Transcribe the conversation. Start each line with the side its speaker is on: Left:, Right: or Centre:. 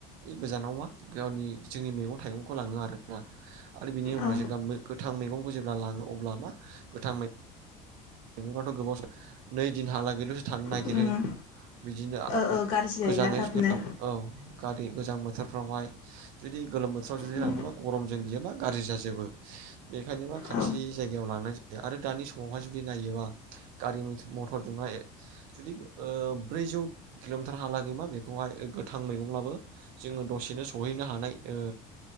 Right: गोजानाव मा गावनि जोंनि मैगं थाइगंखौ लाङो आरो ना। आरो बिनि उनाव
Left: औ
Right: जेब्ला मो गोथां मैगंखौ जेब्ला लाङो अब्ला मा गोथां मै -ङाथ' गोबाव नै दिनहालागैल'सो थानो नागिरो।
Left: उम
Right: बिदिनो
Left: ओ ओ गाज्रि जायोना
Right: गोजाङै
Left: थाबनो
Right: औ औ गारि गोजां बोथोरफ्रावहाय जुदि गोलोम बोथोराव जुदि
Left: उम
Right: लाङोबा गरमजों बियो मा गाज्रि जाजोबो। बेखायनो मा खाथि
Left: औ
Right: जायगायाव लांनाय जायो आरो दानि समावहाय जुदि नायोबा। गारि मथरजोंहाय जुदि ओ ब्रैजौ किल'मिटार हालागैमा बेखौहाय गोथां मैगंब्लाबो जोङो दसेनो सहैनो हानाय ओ।